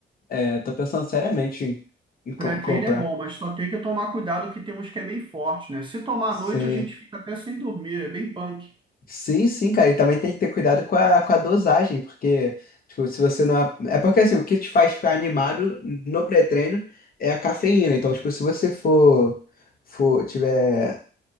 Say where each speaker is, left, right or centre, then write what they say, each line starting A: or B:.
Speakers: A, on the left; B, on the right.
A: É, tô pensando seriamente em, em com-
B: Pré-treino
A: comprar.
B: é bom, mas só tem que tomar cuidado que tem uns que é bem forte, né? Se tomar
A: Sim.
B: à noite, a gente fica até sem dormir, é bem punk.
A: Sim, sim, cara. E também tem que ter cuidado com a, com a dosagem, porque, tipo, se você não. É porque, assim, o que te faz ficar animado no pré-treino é a cafeína. Então, tipo, se você for, for, tiver,